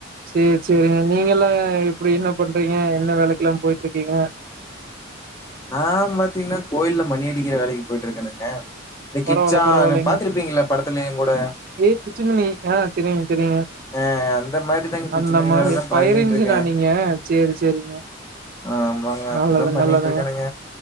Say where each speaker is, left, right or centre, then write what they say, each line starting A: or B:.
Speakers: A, on the right (about 45°); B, on the left (about 15°).
A: சேரி சேரிங்க நீங்க எல்லா எப்படி என்ன என்ன பண்றீங்க என்ன வேலைக்குல்லா போயிட்டு இருக்கீங்க
B: நா பாத்தீங்கன்னா கோயில்லா மணியடிக்கிற வேலைக்கு போயிட்டு இருக்கானுங்க இது
A: பரவால்ல
B: கிச்சா
A: பரவால்லைங்க
B: நீ பாத்துருப்பீங்கள படத்துல என் கூட
A: ஏ பிச்சுமணி ஆ தெரியுங்க தெரியுங்க
B: ஆ அந்த மாரிதாங்க பிச்சு
A: அந்த
B: மணி
A: மாரி
B: வேலைதா
A: ஃபயர்
B: பண்ணிட்டு
A: இன்ஜினா
B: இருக்கே
A: நீங்க சேரி சேரிங்க
B: ஆமாங்க அப்படித்தா
A: நல்லது
B: பண்ணிட்டு
A: நல்லதுங்க
B: இருக்கணுங்க